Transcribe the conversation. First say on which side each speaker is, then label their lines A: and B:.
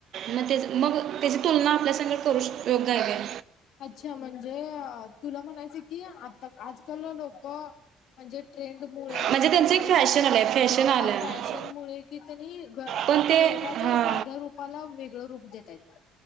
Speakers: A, on the right (about 65°); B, on the left (about 70°).
A: म त्याच मग त्याची तुलना आपल्या संग करू शकतोय योग्य हाय काय?
B: अच्छा म्हणजे तुला म्हणायचं की, आता आजकाल लोक म्हणजे ट्रेंडमुळे,
A: म्हणजे त्यांचं
B: काही
A: एक फॅशन
B: गोष्टी
A: आलं आहे फॅशन आलं
B: हा
A: आहे
B: फॅशन मुळे कि त्यांनी
A: पण ते
B: देवाच्या
A: हां
B: साध्या रूप रुपाला वेगळं रूप देतायेत,